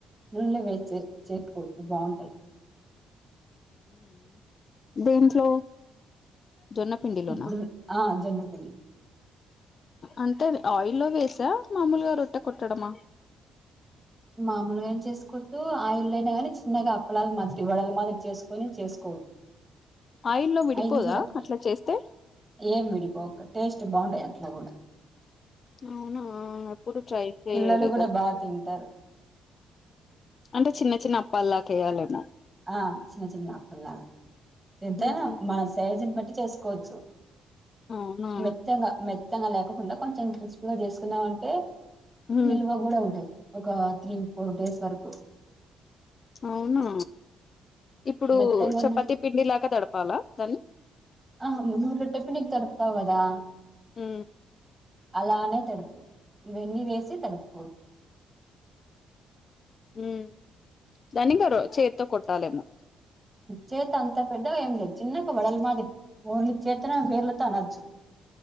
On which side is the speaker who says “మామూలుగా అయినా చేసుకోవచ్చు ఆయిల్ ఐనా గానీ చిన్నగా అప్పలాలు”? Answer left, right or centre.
Right